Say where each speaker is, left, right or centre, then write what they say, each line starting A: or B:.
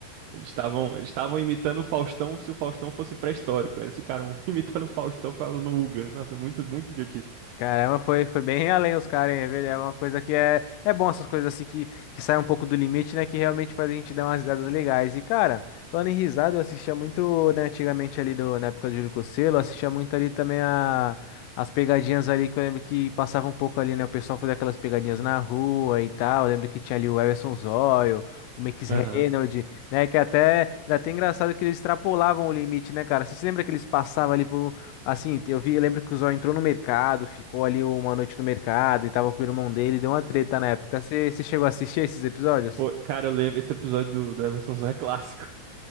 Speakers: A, on the right; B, on the left.
A: Eles estavam, eles estavam imitando o Faustão se o Faustão fosse pré-histórico. Eles ficaram <laughs> imitando o Faustão falando Uga. Nossa, é muito, muito idiotice.
B: Caramba, foi, foi bem além os caras, hein? É ver- é uma coisa que é, é bom essas coisas assim que, que saem um pouco do limite, né? Que realmente faz a gente dar umas risadas legais. E, cara, falando em risada, eu assistia muito, né, antigamente ali do, na época do Júlio Cocelo, eu assistia muito ali também a, as pegadinhas ali que eu lembro que passava um pouco ali, né? O pessoal fazia aquelas pegadinhas na rua e tal. Eu lembro que tinha ali o Everson Zóio, o Max
A: Aham.
B: Reynolds, né? Que até era até engraçado que eles extrapolavam o limite, né, cara? Você se lembra que eles passavam ali por. um, Assim, eu vi, eu lembro que o Zó entrou no mercado, ficou ali uma noite no mercado e tava com o irmão dele, deu uma treta na época. Você você chegou a assistir esses episódios?
A: Pô, cara, eu lembro, esse episódio do, do Everson Zoé é clássico. <laughs>